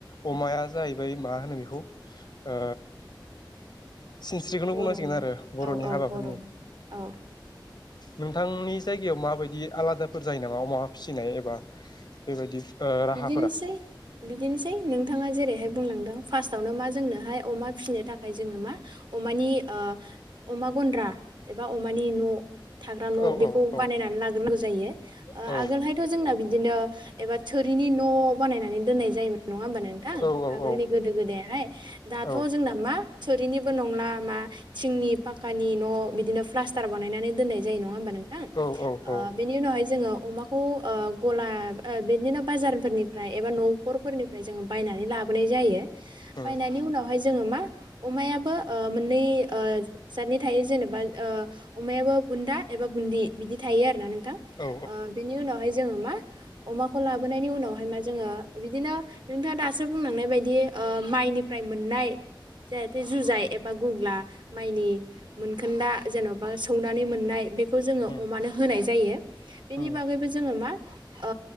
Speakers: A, on the left; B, on the right.
A: अमाया
B: औ
A: जाहै बाय मा होनो बेखौ ओ सिनस्रिखौनो
B: बर'नि
A: बुंनांसिगोन आरो बर'नि
B: औ औ
A: हाबाफोरनि
B: बर'नि औ
A: नोंथांनि जायगायाव माबायदि आलादाफोर जायो नामा अमा फिसिनाय एबा बेबायदि ओ राहा
B: बिदिनोसै बिदिनोसै नों थाङा जेरैहाय बुंलांदों फास्टआवनो मा जोंनोहाय अमा फिसिनो थाखाय जोङो मा अमानि ओ अमा गन्द्रा एबा अमानि न' थाग्रा न'
A: औ
B: बेखौ
A: औ औ
B: बानायनानै लाग्रोनांगौ जायो । ओ
A: औ
B: आगोलहायथ' जोंना बि दिनो एबा थोरिनि न' बानायनानै दोननाय जायोमोन। नङा होमबा नोंथां?
A: औ औ
B: आगोलनि गोदो गोदायाहाय, दाथ'
A: औ
B: जोंना मा थुरिनिबो नंला मा थिंनि फाख्खानि न' बिदिनो प्लास्टार बानायनानै दोननाय जायो। नङा होमबा नोंथां?
A: औ औ
B: ओ बेनि उनावहाय जोङो अमाखौ गला ओ बिदिनो बाजारफोरनिफ्राय एबा न'खरफोरनिफ्राय जोङो बायनानै लाबोनाय जायो।
A: उम
B: बायनायनि उनावहाय जोङो मा अमायाबो ओ मोननै ओ जदनि थायो जेनेबा ओ अमायाबो बुन्दा एबा बुन्दि बिदि थायो आरो ना नों थां।
A: औ
B: ओ बिनि उनाव हाय जोङो मा अमाखौ लाबोनायनि उनावहाय मा जोङो बिदिनो नोंथाङा दासो बुंलांनाय बायदि ओ माइनिफ्राय मोननाय जाहाथे जुजाइ एबा गुग्ला माइनि मोनखोन्दा जेन'बा सौनानै मोननाय बे खौ जोङो
A: उम
B: अमानो होनाय जायो। बेनि
A: उम
B: बागैबो जोङो मा ओ